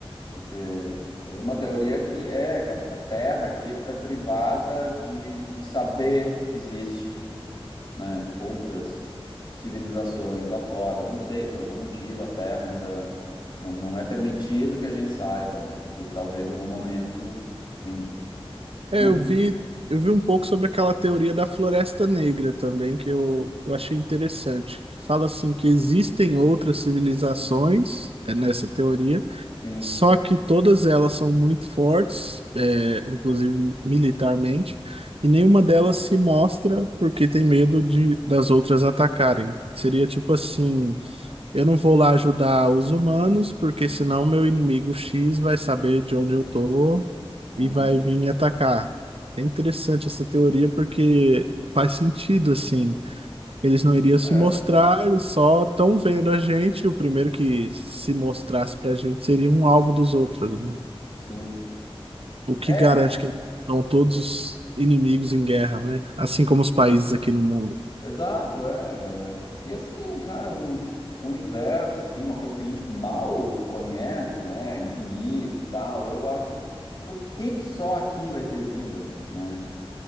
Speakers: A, on the left (about 50°); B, on the right (about 70°).
A: porque eu vi uma teoria que é que a, a Terra aqui é tipo é privada de, de saber que existe né, outras civilizações lá fora. Não sei, por algum motivo a Terra ainda não, não é permitido que a gente saiba, mas que talvez em algum momento, sim,
B: É,
A: né?
B: eu vi, eu vi um pouco sobre aquela teoria da Floresta Negra também, que eu, eu achei interessante. Que fala assim que existem outras civilizações, é nessa teoria,
A: Sim,
B: só que todas elas são muito fortes, é, inclusive militarmente, e nenhuma delas se mostra porque tem medo de, das outras atacarem. Seria tipo assim. Eu não vou lá ajudar os humanos, porque senão meu inimigo X vai saber de onde eu tô
A: sim,
B: e vai vir me atacar. É interessante essa teoria porque faz sentido assim. Eles não iriam se
A: É.
B: mostrar, eles só estão vendo a gente. O primeiro que se mostrasse pra gente seria um alvo dos outros, né?
A: sim.
B: O que
A: É,
B: garante que são todos os inimigos em guerra, né? Assim como os países aqui no mundo.
A: exato, é. é. E assim, cara, um, um universo, assim, uma coisa que a gente mal conhece, né? Infinito, e tal. Eu acho, por que que só aqui vai ter vida, né?